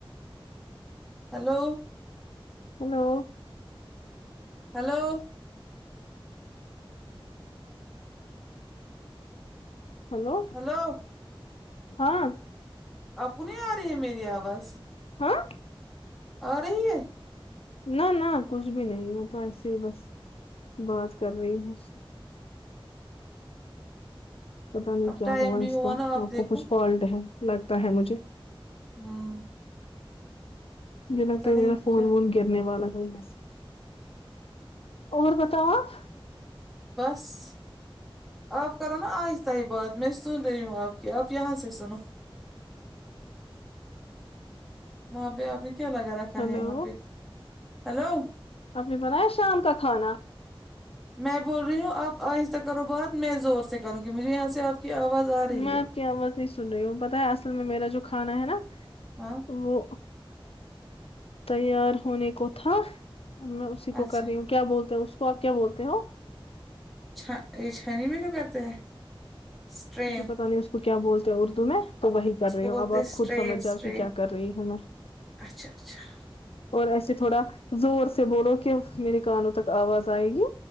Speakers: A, in the centre; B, on the left.
A: hello
B: hello
A: hello
B: hello
A: hello
B: ہاں
A: آپ کو نہیں آ رہی ہے میری آواز
B: ہاں
A: آ رہی ہے
B: نہ نہ کچھ بھی نہیں ہ تو ایسے ہی بس بات کر رہی ہوں اسے پتہ نہیں
A: اب
B: کیا
A: ٹائم
B: ہوا
A: بھی
B: اس کا
A: نا
B: آپ
A: دیکھو
B: کو کچھ فالٹ ہے لگتا ہے مجھے
A: ہمم
B: مجھے لگتا ہے
A: نہیں
B: میرا فون
A: کیا
B: ون گرنے والا ہے بس اور بتاؤ آپ
A: بس آپ کرو نا آہستہ ہی بات میں سن رہی ہوں آپ کی آپ یہاں سے سنو وہاں پہ آپ نے کیا لگا رکھا
B: ہلو
A: ہے یہاں پہ ہلو
B: آپ نے بنایا شام کا کھانا
A: میں بول رہی ہوں آپ آہستہ کرو بات میں زور سے کروں گی مجھے یہاں سے آپ کی آواز آ رہی
B: میں آپ
A: ہے
B: کی آواز نہیں سن رہی ہوں پتہ ہے اصل میں میرا جو کھانا ہے نا
A: ہاں
B: وہ تیار ہونے کو تھا میں اسی کو
A: اچھا
B: کر رہی ہوں کیا بولتے ہو اس کو اپ کیا بولتے ہو
A: چھ یہ چھنی میں جو کرتے ہیں اسٹرین
B: جی پتہ نہیں اس کو کیا بولتے ہیں اردو میں تو وہی کر
A: اس
B: رہی
A: کو
B: ہو
A: بولتے
B: اب
A: ہیں
B: آپ
A: اسٹرین
B: خود سمجھ
A: اسٹرین
B: جاؤ کہ کیا کر رہی ہوں میں
A: اچھا اچھا
B: اور ایسے تھوڑا زور سے بولو کہ میرے کانوں تک اواز ائے گی